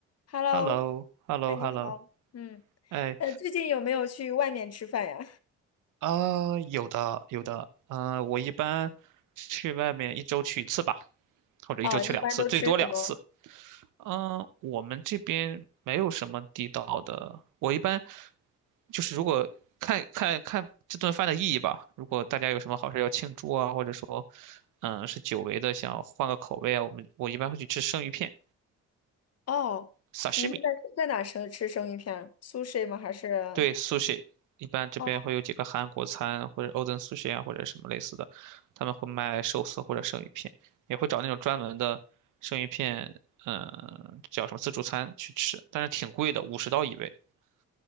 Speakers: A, on the left; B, on the right.
A: Hello，
B: h e l l o h e l l
A: 哎，
B: o
A: 你好，
B: h e l l o
A: 嗯，
B: 哎，
A: 呃，最近有没有去外面吃饭呀？
B: 啊、有的，有的，嗯、我一般去外面一周去一次吧，或者一周去两次，
A: 啊，一般都吃什么？
B: 最多两次。嗯、我们这边没有什么地道的，我一般就是如果看看看这顿饭的意义吧，如果大家有什么好事要庆祝啊，或者说，嗯、是久违的想换个口味啊，我们我一般会去吃生鱼片
A: 哦，
B: ，sashimi。
A: 你们在在哪吃吃生鱼片儿？sushi 吗？还是？
B: 对，sushi，一般这边会有几个韩国餐或者
A: 哦，
B: Oden Sushi 啊，或者什么类似的，他们会卖寿司或者生鱼片，也会找那种专门的生鱼片，嗯，叫什么自助餐去吃，但是挺贵的，五十刀一位。